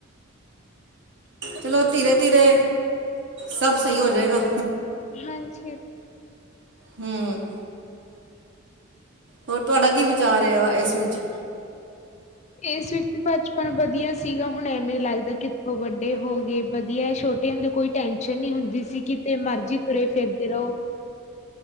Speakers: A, on the right; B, on the left.
A: ਚਲੋ, ਧੀਰੇ -ਧੀਰੇ ਸਭ ਸਈ ਹੋ ਜਾਏਗਾ।
B: ਹਾਂਜੀ-ਹਾਂਜੀ।
A: ਹੁ <unintelligible> ਹੋਰ, ਤੁਹਾਡਾ ਕੀ ਵਿਚਾਰ ਏ ਆ, ਇਸ ਵਿੱਚ?
B: ਇਸ ਵਿੱਚ ਬਚਪਨ ਵਧੀਆ ਸੀਗਾ, ਹੁਣ ਐਵੇਂ ਲੱਗਦਾ ਕਿੱਥੋਂ ਵੱਡੇ ਹੋ ਗਏ ਵਧੀਆ ਸ਼ ਛੋਟੇ ਹੁੰਦੇ ਕੋਈ ਟੈਂਨਸ਼ਨ ਨੀ ਹੁੰਦੀ ਸੀ ਕਿਤੇ ਮਰਜ਼ੀ ਤੁਰੇ-ਫਿਰਦੇ ਰਓ।